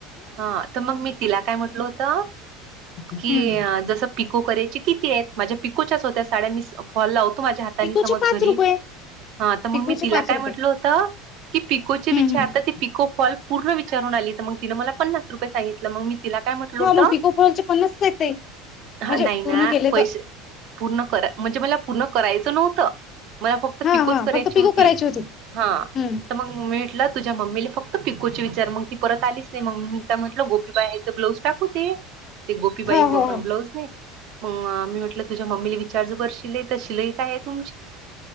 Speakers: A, on the right; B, on the left.
A: हा तर मग मी तिला काय म्हटल होत
B: हम्म
A: की जस पिकू करायची किती आहेत माझ्या पिकोच्याच होत्या साड्या मी फॉल लावतो माझ्या हातानी
B: पिकोचे
A: समज
B: पाच
A: घरी
B: रुपये
A: हा तर मग
B: पिकोचे
A: मी तिला
B: पाच
A: काय
B: रुपये
A: म्हटलं होतं की पिकोचे
B: हम्म
A: विचारता
B: हम्म
A: ते पिको फॉल पूर्ण विचारून आली तर मग तिनं मला पन्नास रुपये सांगितलं मग मी तिला काय म्हटल होत
B: हा मग पिको फॉलचे पन्नासच आहेत ताई म्हणजे
A: हा नाही ना
B: पूर्ण केले
A: पैसे
B: तर
A: पूर्ण करा म्हणजे मला पूर्ण करायचं नव्हतं मला फक्त
B: हा
A: पिकोच
B: हा
A: करायची
B: फक्त पिको
A: होती
B: करायची
A: हा
B: हम्म
A: तर मग म्हटल तुझ्या मम्मीला फक्त पिकोचे विचार मग ती परत आलीच नाही मम्मीदा म्हटलं गोपी बा ह्यायच ब्लाऊज टाकू ते ते गोपीबाई
B: हो
A: ब्लाऊज
B: हो हो
A: न मग मी म्हटलं तुझ्या मम्मीला विचारजू ब शिलाई तर शिलाई काय आहे तुमची